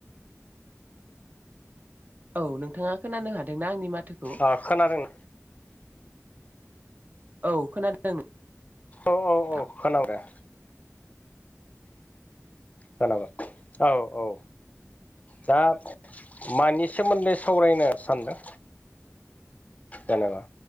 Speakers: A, on the right; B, on the left.
A: औ नोंथाङा खोनानो हादोंना आंनि माथोखौ?
B: ओ खोनादों।
A: औ खोनादों <unintelligible>
B: औ औ
A: नोंथां
B: औ खोनाबाय। खोनाबाय औ औ। दा मानि सोमोन्दै सावरायनो सान्दों? जेनेबा